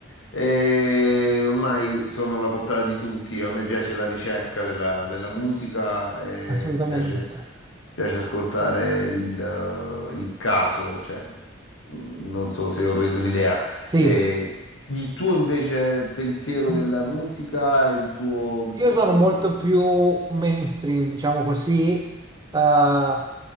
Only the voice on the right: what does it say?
assolutamente.
Sì,
i-
Io sono molto più mainstream, diciamo così, eh,